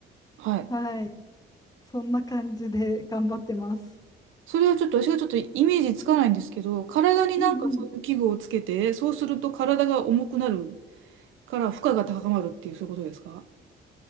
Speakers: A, on the right; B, on the left.
A: はい。
B: はい、そんな感じで頑張ってます。
A: それはちょっと、私がちょっとイメージつかないんですけど、体になんかそういう器具をつけて、
B: うんうん
A: そうすると体が重くなるから負荷が高まるっていう、そういうことですか